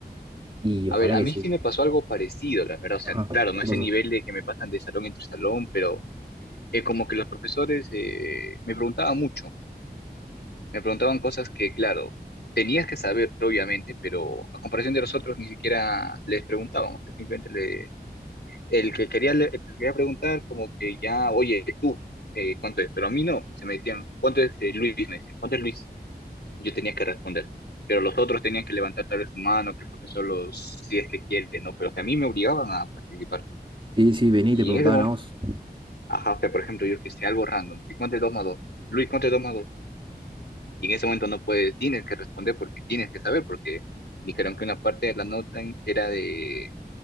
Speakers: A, on the right; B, on the left.
A: Y ojalá
B: A ver, a
A: que
B: mí
A: sí.
B: sí me pasó algo parecido, la verdad. O sea,
A: Ajá,
B: claro,
A: ¿qué
B: no
A: te
B: a ese
A: pasó?
B: nivel de que me pasan de salón entre salón, pero eh, como que los profesores eh, me preguntaban mucho. Me preguntaban cosas que, claro, tenías que saber, obviamente, pero a comparación de nosotros ni siquiera les preguntaban. O sea, simplemente le, el que quería, le- el que quería preguntar, como que ya, oye, tú, eh, ¿cuánto es? Pero a mí no. Se me decían, ¿cuánto es eh, Luis? Me decían, ¿cuánto es Luis? yo tenía que responder. Pero los otros tenían que levantar tal vez su mano, que el profesor los, si es que quiere, ¿no? Pero que a mí me obligaban a participar.
A: Sí, sí, vení
B: Y
A: y te preguntaban
B: en ese momento,
A: a vos.
B: ajá, o sea, por ejemplo, yo que sé, algo random, ¿sí cuánto es 2 más 2, Luis, ¿cuánto es 2 más 2, Y en ese momento no puedes, tienes que responder porque tienes que saber, porque dijeron que una parte de la nota era de,